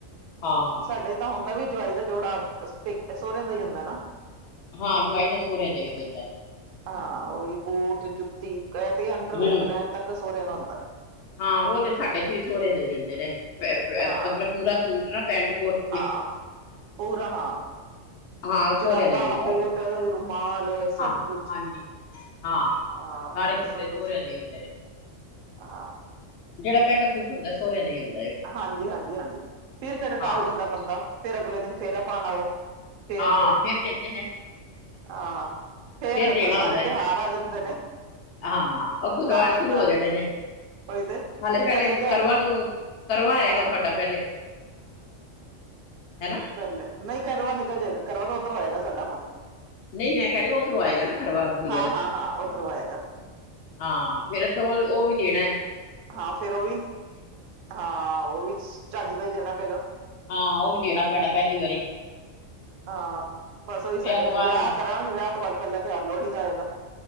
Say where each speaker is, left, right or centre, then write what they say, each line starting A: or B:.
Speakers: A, on the left (about 65°); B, on the right (about 80°).
A: ਹਾਂ,
B: ਸਾਡੇ ਦਾਂ ਹੁੰਦਾ ਵੀ ਜਵਾਈ ਦਾ ਜੋੜਾ ਅਸ ਪੇਕ ਅ ਸੋਰੇਆਂ ਦਾ ਈ ਹੁੰਦਾ ਨਾ?
A: ਹਾਂ, ਜਵਾਈ ਦਾ ਸੋਰੇਆਂ ਦਾ ਈ ਹੋਂਦੈ।
B: ਹਾਂ, ਓਈ ਬੂਟ, ਜੁੱਤੀ ਕ ਤੇ ਅੰਡਰਵੇਅਰ,
A: ਹੂੰ
B: ਬਣੈਣ ਤੱਕ ਸੋਰੇਆਂ ਦਾ ਹੁੰਦੈ।
A: ਹਾਂ, ਓ ਤੇ ਸਾਡੇ 'ਚ ਵੀ ਸੋਰੇ ਦੇ ਦਿੰਦੇ ਨੇ। ਪੇ ਪੇ
B: ਹਾਂ,
A: ਮਤਲਬ ਪੂਰਾ ਸੂਟ ਨਾ ਪੈਂਟ-ਕੋਟ
B: ਹਾਂ, ਪੂਰਾ ਹਾਂ
A: ਹਾਂ
B: ਜੁਰਾਬਾਂ,
A: ਸਹੁਰਿਆਂ ਦਾ ਹੀ ਹੁੰਦਾ
B: ਬੂਟ,
A: ਹੈਗਾ।
B: ਰੁਮਾਲ ਸਭ
A: ਹਾਂ,
B: ਕੁਛ
A: ਹਾਂਜੀ ਹਾਂ
B: ਹਾਂ,
A: ਸਾਰੇ ਕੱਪੜੇ
B: ਓ ਸਭ
A: ਸਹੁਰਿਆਂ
B: ਕੁਛ।
A: ਦੇ ਹੀ ਹੁੰਦੇ
B: ਹਾਂ।
A: ਜੜਾ ਪੈਲਾ ਸੂਟ ਹੁੰਦੈ ਸੋਰੇਆਂ ਦਾ ਈ ਹੁੰ
B: ਹਾਂਜੀ-ਹਾਂਜੀ-ਹਾਂਜੀ ਫਿਰ ਕੇੜਾ ਟਾਲ
A: ਹਾਂ,
B: ਜਾਂਦਾ ਬੰਦਾ ਫਿਰ ਅਗਲੇ ਦਿਨ ਫੇਰਾ ਪਾਨ ਆਓ। ਫੇਰ
A: ਹਾਂ
B: ਦਓ।
A: ਫੇਰ ਦਿੰਦੇ ਨੇ
B: ਹਾਂ, ਫੇਰ ਅੱਗੋਂ
A: ਦੇਣਾ
B: ਸਾਰੇ
A: ਹੁੰਦਾ
B: ਤਿਉਹਾਰ
A: ਏ।
B: ਆ ਜਾਂਦੇ ਨੇ।
A: ਹਾਂ, ਅੱਗੋਂ ਤਓਆਰ
B: ਨਾਲੋਂ
A: ਸ਼ੁਰੂ
B: ਨਾਲ
A: ਹੋ ਜਾਣੇ
B: ਹੀ
A: ਨੇ।
B: ਉਹੀ ਤੇ
A: ਹਾਲੇ
B: ਫਿਰ
A: ਪੈਲੇ
B: ਪਹਿਲੇ ਤਿਉਹਾਰ
A: ਕਰਵਾਚੌ ਕਰਵਾ ਆਏਗਾ
B: ਹਾਂ
A: ਤੁਆਡਾ ਪੈਲੇ, ਹੈ ਨਾ।
B: ਫੇਰ ਲੈ, ਨਈ ਕਰਵਾ ਨਿਕਲ ਜੇਗਾ। ਕਰਵਾ ਤਾਂ ਓਧਰੋਂ ਆਏਗਾ ਸਾਡਾ ਹੁਣ।
A: ਨਈ ਮੈਂ ਕੈ ਰੀ ਆਂ ਓਧਰੋਂ ਆਏਗਾ ਨਾ ਕਰਵਾ, ਗੁੜੀਆਂ
B: ਹਾਂ
A: ਦਾ।
B: ਹਾਂ ਹਾਂ ਉੱਧਰੋਂ ਆਏਗਾ
A: ਹਾਂ, ਫੇਰ ਅੱਛਾ ਓ, ਓ ਵੀ ਦੇਨੈ।
B: ਹਾਂ, ਫੇਰ ਓ ਵੀ। ਹਾਂ, ਓ ਵੀ ਚੱਜ ਦਾ ਈ ਦੇਣਾ ਪੇਗਾ।
A: ਹਾਂ, ਓ ਵੀ ਦੇਣਾ ਪੈਣੈ ਪੈਲੀ ਵਾਰੀ।
B: ਹਾਂ, ਬਸ ਓਈ ਸਾਡੇ
A: ਵਿਆਹ ਤੋਂ
B: ਫੇਰ
A: ਬਾਅਦ
B: ਵਿਆ
A: ਵੀ
B: ਕਰਾਂਗੇ, ਵਿਆ ਤੋਂ ਬਾਦ ਪੈਲਾ ਤੇਓਆਰ ਲੋੜੀ ਦਾ ਆਏਗਾ।